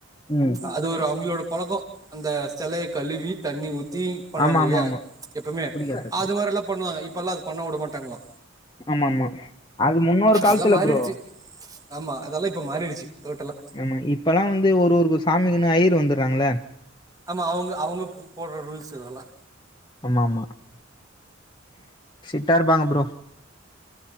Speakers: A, on the left; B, on the right.
A: ம்
B: அது ஒரு அவுங்களோட பழக்கோ அந்த செலய கழுவி தண்ணி ஊத்தி பண்ணுவாங்க
A: ஆமா
B: இல்லயா
A: ஆமா ஆமா
B: எப்போமே
A: புடிக்காது
B: அது மாரிலா பண்ணுவாங்க இப்ப எல்லா அது பண்ண விடமாட்டாங்களா
A: ஆமாமா அது முன்னோரு காலத்துல
B: அதெல்லா மாறிடுச்சு
A: ப்ரோ
B: ஆமா அதெல்லா இப்ப மாறிடுச்சு டோட்டலா
A: ஆமா இப்பெல்லா வந்து ஒரு ஒரு சாமிக்குனு ஐய்ரு வந்துட்றாங்கள்ள
B: ஆமா அவுங்க அவுங்க போட்ற ரூல்ஸ்ஸு இதெல்லா
A: ஆமா மா சிட்டா இருப்பாங்க ப்ரோ